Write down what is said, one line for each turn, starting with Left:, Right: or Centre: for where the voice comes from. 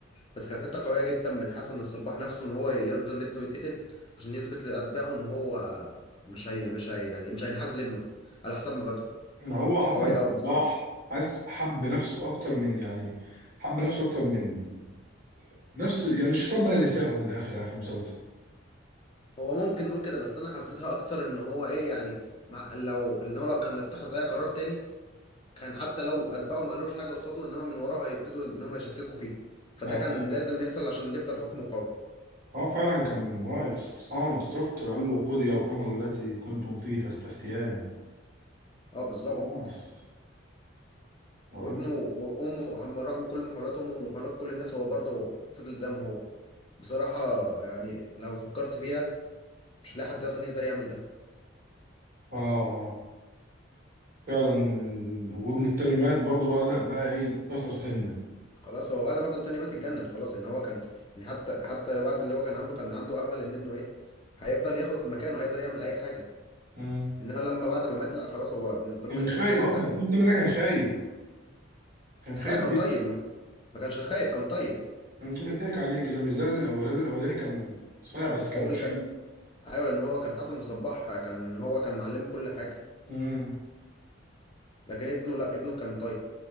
Left: بس كانت حته قويه جدا من حسن الصباح نفسه ان هو يرضى ان ابنه يتقتل عشان يثبت لاتباعه ان هو مش هي مش هي يعني مش هينحاز لابنه على حسب ما بدأ
Right: هو
Left: كانت
Right: حسن
Left: قويه
Right: الصباح
Left: قوي بصراحه
Right: حس حب نفسه اكتر من يعني حب نفسه اكتر من نفس يعني الشيطان بقى اللي ساقه من الاخر يعني في المسلسل
Left: هو ممكن نقول كده بس انا حسيتها اكتر ان هو ايه يعني مع لو ان هو لو كان اتخذ اي قرار تاني كان حتى لو اتباعه ما قالوش حاجه قصاده انما من وراه هيبتدوا ان هم يشككوا فيه فده
Right: آه،
Left: كان لازم يحصل عشان يفضل حكمه قوي
Right: هو فعلا كان واقف صامت شفت قال له قضي الامر التي كنتم فيه تستفتيان
Left: اه بالظبط
Right: خلاص بقول-
Left: وابنه وامه عم رغم كل محاولات امه ومحاولات كل الناس هو برضه فضل زي ما هو بصراحه يعني لو فكرت فيها مش هتلاقي حد اصلا يقدر يعمل ده
Right: اه فعلا وابنه التاني مات برضه بقى ده بقى ايه كسر سنه
Left: خلاص هو بعد ما ابنه التاني مات اتجنن خلاص ان هو كان يعني حتى حتى بعد اللي هو كان عامله كان عنده امل ان ابنه ايه هيفضل ياخد مكانه هيقدر يعمل اي حاجه
Right: مم.
Left: انما لما بعد ما مات لا خلاص هو بالنسبه
Right: كان
Left: له كده
Right: خايب
Left: كل حاجه انتهت
Right: اصلا ابنه التاني ده كان خايب كان خايب
Left: لا كان
Right: جدا
Left: طيب ما, ما كانش خايب كان طيب
Right: مم. كان بيضحك عليه كده مش زي الولاد الاولاني الولاد الاولاني كان صايع بس كان
Left: هو
Right: غشيم
Left: اللي كان ايوه لان هو كان حسن الصباح كان هو كان معلمه كل حاجه
Right: امم
Left: لكن ابنه لا ابنه كان طيب